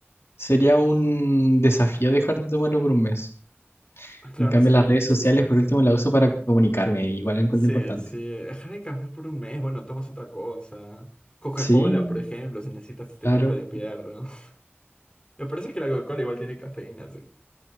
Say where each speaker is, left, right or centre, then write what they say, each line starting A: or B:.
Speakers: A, on the left; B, on the left.
A: sería un desafío dejar de tomarlo por un mes.
B: Ah, Claro,
A: En cambio,
B: no sé,
A: las
B: no creo
A: redes
B: que
A: sociales,
B: s-
A: por último, las uso para comunicarme. Igual lo encuentro
B: se,
A: importante.
B: se dejar el café por un mes, bueno, tomas otra cosa. Coca-Cola,
A: Sí,
B: por ejemplo, si necesitas este
A: claro.
B: carta despierto. <laughs> Me parece que la Coca-Cola igual tiene cafeína, así. que-